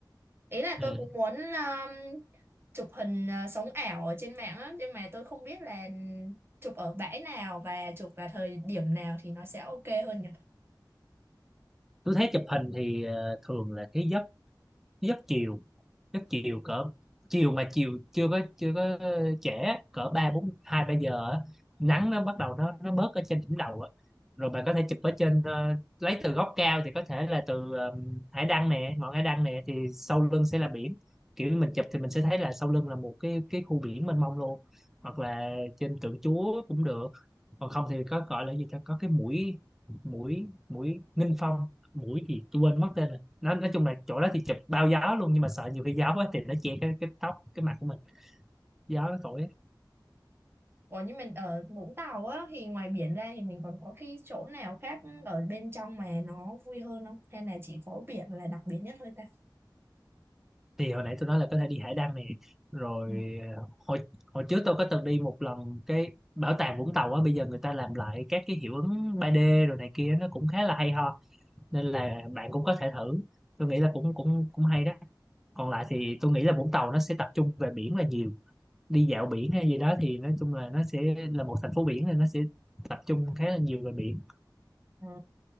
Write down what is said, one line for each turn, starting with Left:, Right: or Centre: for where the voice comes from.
Right: ý là
Centre: ừ.
Right: tôi cũng muốn um, chụp hình à, sống ảo ở trên mạng á nhưng mà tôi không biết là chụp ở bãi nào và chụp vào thời điểm nào thì nó sẽ ok hơn nhỉ
Centre: tôi thấy chụp hình thì ờ, thường là cái giấc giấc chiều Chắc chiều cỡ chiều mà chiều chưa có chưa có trễ cỡ ba bốn hai ba giờ á, nắng nó bắt đầu nó nó bớt ở trên đỉnh đầu á. Rồi bạn có thể chụp ở trên ờ, lấy từ góc cao thì có thể là từ ờ, hải đăng nè ngọn hải đăng nè thì sau lưng sẽ là biển kiểu như mình chụp thì mình sẽ thấy là sau lưng là một cái cái khu biển mênh mông luôn hoặc là trên tượng Chúa cũng được còn không thì có gọi là gì ta có cái mũi mũi mũi Nghinh Phong mũi gì tôi quên mất tên rồi nó nói chung là chỗ đó thì chụp bao gió luôn nhưng mà sợ nhiều khi gió quá thì nó che cái, cái tóc cái mặt của mình gió nó thổi á.
Right: Ủa nhưng mình ở Vũng Tàu á thì ngoài biển ra thì mình còn có cái chỗ nào khác ở bên trong mà nó vui hơn không hay là chỉ có biển là đặc biệt nhất thôi ta
Centre: thì hồi nãy tôi nói là có thể đi hải đăng này rồi
Right: Ừ.
Centre: ờ, hồi hồi trước tôi có từng đi một lần cái bảo tàng Vũng Tàu á bây giờ người ta làm lại các cái hiệu ứng 3D rồi này kia nó cũng khá là hay ho nên là bạn cũng có thể thử tôi nghĩ là cũng cũng cũng hay đó còn lại thì tôi nghĩ là Vũng Tàu nó sẽ tập trung về biển là nhiều đi dạo biển hay gì đó thì nói chung là nó sẽ là một thành phố biển thì nó sẽ tập trung khá là nhiều về biển
Right: Ừ.